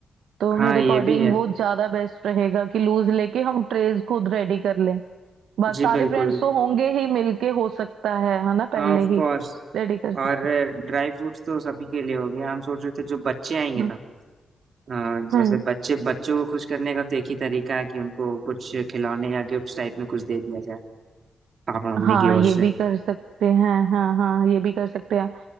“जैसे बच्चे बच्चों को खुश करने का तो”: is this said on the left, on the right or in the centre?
Right